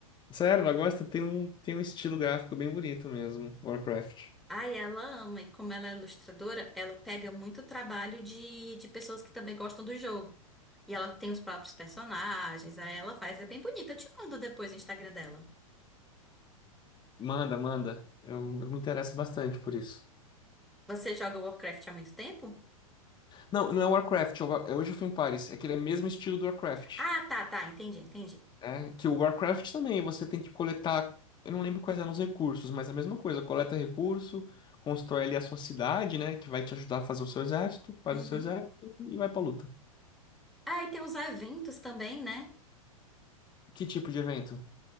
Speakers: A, on the left; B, in the centre.
A: sério, ela gosta, tem um, tem um estilo gráfico bem bonito mesmo, Warcraft.
B: Ai, ela ama, e como ela é ilustradora, ela pega muito trabalho de, de pessoas que também gostam do jogo. E ela tem os próprios personagens, aí ela faz, é bem bonita. Eu te mando depois o Instagram dela.
A: Manda, manda. Eu, eu me interesso bastante por isso.
B: Você joga Warcraft há muito tempo?
A: Não, não é Warcraft, é o Wa- é Age of Empires. É aquele mesmo estilo do Warcraft.
B: Ah, tá, tá, entendi, entendi.
A: É, que o Warcraft também, você tem que coletar, eu não lembro quais eram os recursos, mas é a mesma coisa, coleta recurso, constrói ali a sua cidade, né, que vai te ajudar a fazer o seu exército, faz
B: Uhum.
A: o seu exército e vai pra luta.
B: Ah, e tem os eventos também, né?
A: Que tipo de evento?